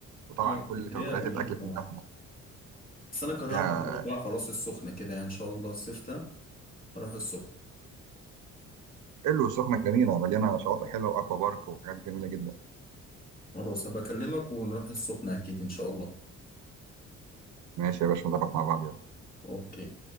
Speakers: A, on the right; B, on the left.
A: وطبعا
B: اه اسكندرية
A: كل توكيلات
B: جميلة
A: الاكل
B: طبعا
A: كلها هناك
B: بس أنا قررت
A: فيها
B: أروح بقى خلاص السخنة كده يعني إن شاء الله الصيف ده أروح السخنة
A: حلو السخنه جميله مليانه شواطئ حلوه واكوا بارك وحاجات جميله جدا
B: خلاص هبقى أكلمك ونروح السخنة أكيد إن شاء الله
A: ماشي يا باشا نظبط مع بعض يلا
B: أوكي